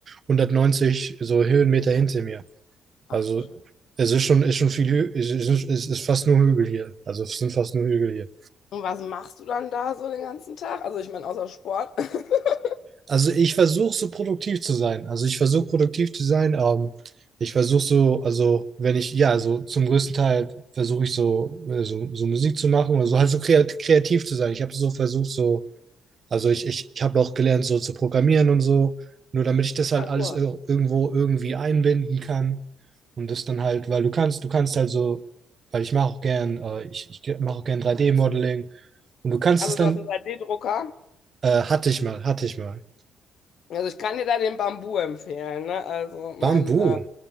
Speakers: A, on the right; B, on the left.
A: 190 so Höhenmeter hinter mir. Also
B: Ach du Scheiße.
A: es ist schon, ist schon viel, Hü es ist, es ist fast nur Hügel hier. Also es sind fast nur Hügel hier.
B: Und was machst du dann da so den ganzen Tag? Also ich meine, außer Sport. <laughs>
A: Also ich versuche so produktiv zu sein. Also ich versuche produktiv zu sein. Ähm, ich versuche so, also wenn ich, ja, also zum größten Teil versuche ich so, äh, so, so Musik zu machen oder so, halt so kreat kreativ zu sein. Ich habe so versucht, so Also ich, ich, ich habe auch gelernt, so zu programmieren und so, nur damit ich das halt
B: Ah,
A: alles
B: cool.
A: ir- irgendwo irgendwie einbinden kann. Und das dann halt, weil du kannst, du kannst halt so, weil ich mache auch gern, äh, ich, ich mache auch gern drei d modeling Und du kannst
B: Also
A: es dann,
B: du hast einen 3D-Drucker.
A: äh, hatte ich mal, hatte ich mal.
B: Also ich kann dir da den Bambu empfehlen, ne? Also mein
A: Bambu.
B: äh,